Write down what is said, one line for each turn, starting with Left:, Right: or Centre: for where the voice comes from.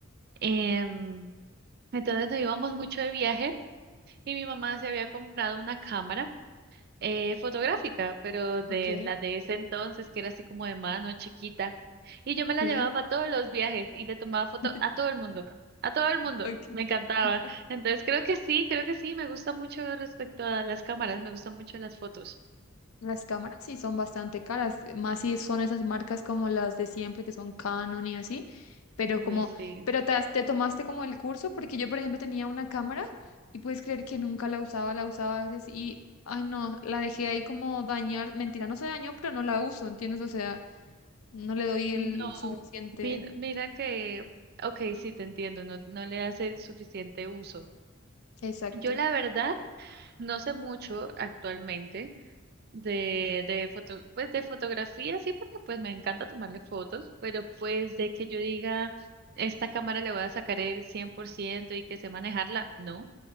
Right: Em, entonces nos íbamos mucho de viaje y mi mamá se había comprado una cámara. eh, fotográfica, pero de
Left: ok,
Right: la de ese entonces, que era así como de mano chiquita. Y yo me la
Left: sí,
Right: llevaba para todos los viajes y le tomaba foto
Left: <laughs>
Right: a todo el mundo, a todo el mundo,
Left: ok.
Right: me encantaba.
Left: <laughs>
Right: Entonces creo que sí, creo que sí, me gusta mucho respecto a las cámaras, me gustan mucho las fotos.
Left: Las cámaras sí son bastante caras, más si son esas marcas como las de siempre que son Canon y así, pero
Right: Uy,
Left: como,
Right: sí.
Left: pero te, has- te tomaste como el curso, porque yo por ejemplo tenía una cámara y puedes creer que nunca la usaba, la usaba a veces y, ay no, la dejé ahí como dañar, mentira, no se dañó, pero no la uso, ¿entiendes? O sea, no le doy el
Right: No,
Left: suficiente.
Right: mira, mira que, ok, sí, te entiendo, no, no le hace el suficiente uso.
Left: Exacto.
Right: Yo la verdad no sé mucho actualmente. de, de foto, pues de fotografía, sí, porque pues me encanta tomarle fotos, pero pues de que yo diga, esta cámara le voy a sacar el 100% y que sé manejarla, no,